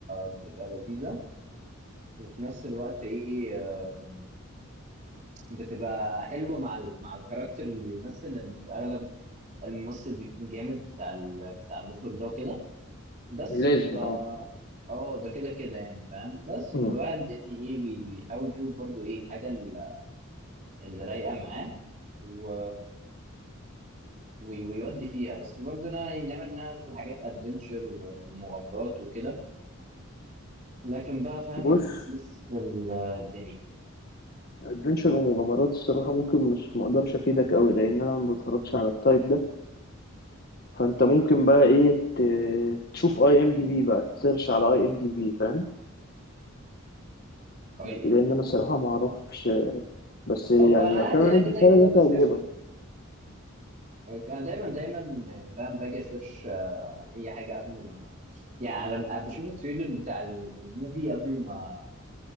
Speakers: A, on the right; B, on the left.
A: بتبقى لذيذه وفي نفس الوقت ايه آم، بتبقى حلوه مع ال... مع الكاركتر اللي بيمثل لان في الاغلب الممثل بيكون جامد بتاع ال... بتاع المخرج ده وكده بس
B: لازم
A: ف
B: اه
A: اه ده كده كده يعني فاهم بس
B: مم.
A: فالواحد يعني ايه بي- بيحاول يشوف برضو ايه الحاجة ال- اللي رايقة معاه و... وي- ويودي فيها بس برضو انا يعني ناوي ان انا انزل حاجات ادفنتشر و... ومغامرات وكده لكن بقى فاهم
B: بص
A: بشوف لسه ال- الدنيا
B: ادفنشر ومغامرات الصراحه ممكن مش مقدرش افيدك قوي لان انا ما بتفرجش على التايب ده فانت ممكن بقى ايه ت- تشوف اي ام دي بي بقى تسيرش على اي ام دي بي فاهم
A: طيب
B: لان انا الصراحه ما اعرفش بس يعني
A: هو عادي
B: الافلام اللي
A: انا
B: أنا
A: كده
B: اديتها
A: كده
B: لك دي
A: بسيرش
B: تعجبك
A: أوكي، انا دايما دايما فاهم باجي اسيرش آه، على اي حاجة قبل ما يعني لما بشوف التريلر بتاع ال- الموفي قبل ما